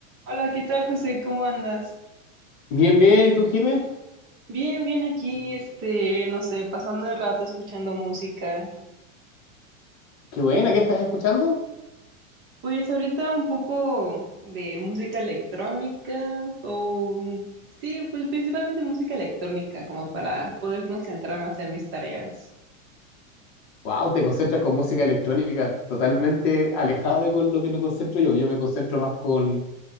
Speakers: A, on the right; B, on the left.
A: Hola, ¿qué tal, José? ¿Cómo andas?
B: Bien, bien. ¿Y tú, Jimé?
A: Bien, bien aquí, este, no sé, pasando el rato escuchando música.
B: Qué buena, ¿qué estás escuchando?
A: Pues ahorita un poco de música electrónica o sí, pues principalmente música electrónica como para poder concentrarme a hacer mis tareas.
B: Wow, te concentras con música electrónica, totalmente alejado de con lo que me concentro yo. Yo me concentro más con